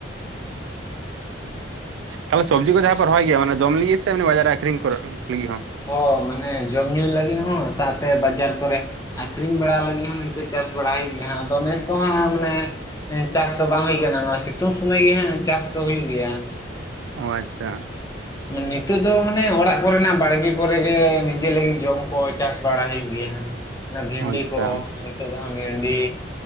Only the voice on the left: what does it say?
ᱦᱚᱸ ᱢᱟᱱᱮ ᱡᱚᱢ ᱧᱩᱭ ᱞᱟᱹᱜᱤᱫ ᱦᱚᱸ, ᱥᱟᱶᱛᱮ ᱵᱟᱡᱟᱨ ᱠᱚᱨᱮ ᱟᱹᱠᱷᱨᱤᱧ ᱵᱟᱲᱟ ᱞᱟᱹᱜᱤᱫ ᱦᱚᱸ ᱱᱤᱝᱠᱟᱹ ᱪᱟᱥ ᱵᱟᱲᱟᱭ ᱦᱩᱭᱩᱜ ᱜᱮᱭᱟ ᱦᱟᱸᱜ, ᱟᱫᱚ ᱱᱮᱥ ᱫᱚ ᱦᱟᱸ ᱢᱟᱱᱮ ᱪᱟᱥ ᱫᱚ ᱵᱟᱝ ᱦᱩᱭ ᱠᱟᱱᱟ᱾ ᱱᱚᱣᱟ ᱥᱤᱛᱩᱝ ᱥᱩᱢᱚᱭ ᱜᱮ ᱦᱟᱜ ᱪᱟᱥ ᱫᱚ ᱦᱩᱭᱩᱜ ᱜᱮᱭᱟ᱾
ᱱᱤᱛᱚᱜ ᱫᱚ ᱢᱟᱱᱮ ᱚᱲᱟᱜ ᱠᱚᱨᱮᱱᱟᱜ ᱵᱟᱲᱜᱮ ᱠᱚᱨᱮ ᱜᱮ ᱱᱤᱡᱮ ᱞᱟᱹᱜᱤᱫ ᱡᱚᱢ ᱠᱚ ᱪᱟᱥ ᱵᱟᱲᱟ ᱦᱩᱭᱩᱜ ᱜᱮᱭᱟ ᱦᱟᱜ, ᱚᱱᱟ ᱵᱷᱤᱱᱰᱤ
ᱠᱚ᱾ ᱱᱤᱛᱚᱜ ᱫᱚ ᱦᱟᱸᱜ ᱰᱷᱤᱱᱰᱤ